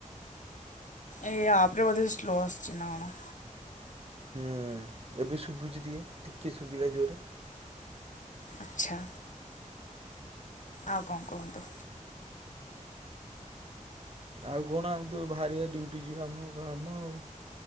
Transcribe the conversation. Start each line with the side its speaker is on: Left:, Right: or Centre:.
Left: ଏଇ ଆପରେ ବୋଧେ ସ୍ଲୋ ଆଶୁଛିି ନା କଣ?
Right: ହୁଁ ଏବେ ଶୁଭୁଛି ଟିକେ ଟିକେ ଶୁଭିଲା ଜୋରେ
Left: ଆଚ୍ଛା। ଆଉ କଣ କୁହନ୍ତୁ?
Right: ଆଉ କଣ ଆମେ ତ ବାହାରିବା ଡିଉଟି ଯିବା ଆମ କାମ ଆଉ।